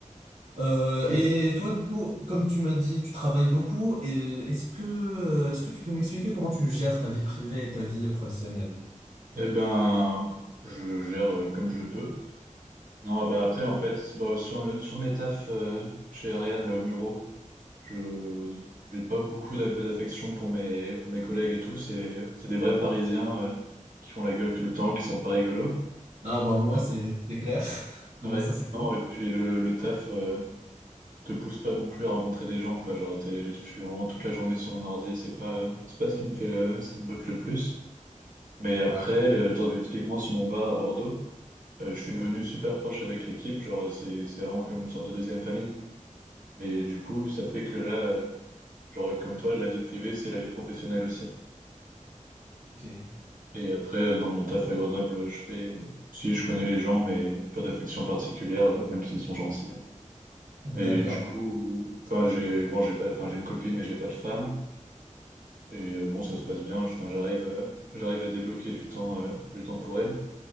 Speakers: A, on the right (about 60°); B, on the right (about 80°).
A: Euh,
B: ok.
A: et toi, du coup, comme tu m'as dit, tu travailles beaucoup. Et est-ce que, euh, est-ce que tu peux m'expliquer comment tu gères ta vie privée et ta vie professionnelle?
B: Eh ben, je gère euh, comme je peux. Non, bah après, en fait, bon, sur, sur mes tafs euh, chez Ariane, là, au Muro, je j'ai pas beaucoup d'aff- d'affection pour mes, pour mes collègues et tout. C'est c'est des vrais Parisiens euh, qui font la gueule tout le temps, qui sont pas rigolos.
A: Ah bah, au moins,
B: Ah,
A: c'est c'est clair. <laughs>
B: ouais,
A: Au moins, ça, c'est clair.
B: non, et puis le, le taf euh, te pousse pas non plus à rencontrer des gens, quoi. Genre, t'es- je suis vraiment toute la journée sur mon ordi, c'est pas, c'est pas ce qui me fait le- ce qui me botte le plus. Mais après,
A: Ouais.
B: le, genre, typiquement sur mon bar à Bordeaux, Euh, je suis devenu super proche avec l'équipe, genre c'est c'est vraiment comme une sorte de deuxième famille. Mais du coup, ça fait que là, euh, genre comme toi, la vie privée, c'est la vie professionnelle aussi.
A: Ok.
B: Et après, euh, non, mon taf à Grenoble, je fais... Si, je connais les gens, mais pas d'affection particulière, euh, même s'ils sont gentils.
A: D'accord.
B: Mais du coup, enfin, j'ai bon, j'ai pas, enfin, j'ai une copine, mais j'ai pas de femme. Et euh, non, ça se passe bien. Enfin, j'arrive, à- j'arrive à débloquer du temps, euh, du temps pour elle.